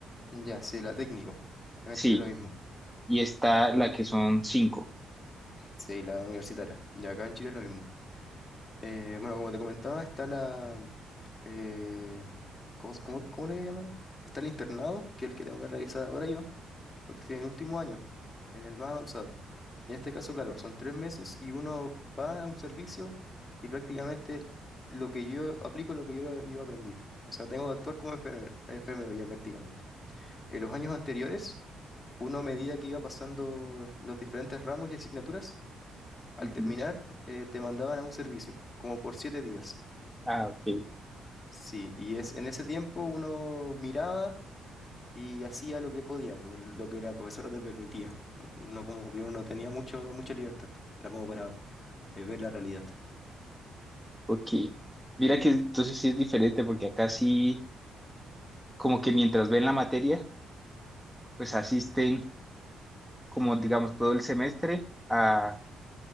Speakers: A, on the left; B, in the centre.
A: Ya, sí, la técnico. Acá
B: sí,
A: en Chile es lo mismo.
B: y está la que son cinco.
A: Sí, la universitaria. Ya, acá en Chile es lo mismo. Eh, bueno, como te comentaba, está la... eh, ¿cómo, cómo, cómo le he llamado? Está el internado, que es el que tengo que realizar ahora yo, porque estoy en el último año, en el más avanzado. Y en este caso, claro, son tres meses y uno va a un servicio y prácticamente lo que yo aplico, es lo que yo, yo aprendí. O sea, tengo que actuar como enfermero enfermero, ya prácticamente. En los años anteriores, uno a medida que iba pasando los diferentes ramos y asignaturas, al
B: Ujú.
A: terminar, eh, te mandaban a un servicio, como por siete días.
B: Ah, ok,
A: Sí, y es en ese tiempo uno miraba y hacía lo que podía, pues, lo que la profesora te permitía. No como que uno tenía mucho, mucha libertad, era como para eh, ver la realidad.
B: ok. Mira que entonces sí es diferente porque acá sí como que mientras ven la materia, pues asisten como digamos todo el semestre a